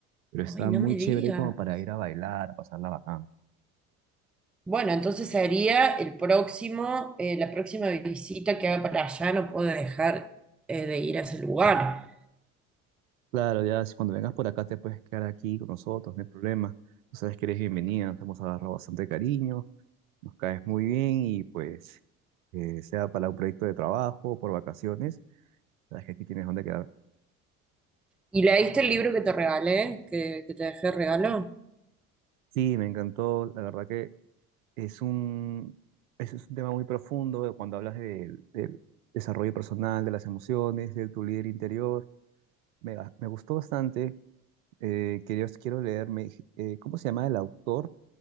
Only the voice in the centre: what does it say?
Ay, no
me digas.
Bueno, entonces sería el próximo, eh, la próxima visita que haga para allá, no puedo dejar eh, de ir a ese lugar.
¿Y leíste el libro que te regalé, que, que te dejé regalo?